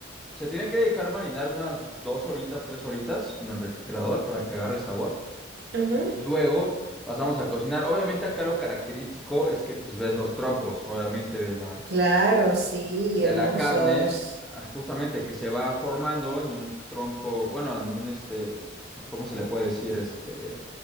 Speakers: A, in the centre; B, on the right (about 55°).
A: se tiene que dejar marinar unas dos horitas, tres horitas en el refrigerador para que agarre sabor.
B: Ujú.
A: Y luego pasamos a cocinar. Obviamente acá lo característico es que pues, ves los trompos, obviamente, de la,
B: Claro, sí,
A: de
B: hermosos.
A: la carne, as- justamente que se va formando en un tronco, bueno, en un este, ¿cómo se le puede decir? Este,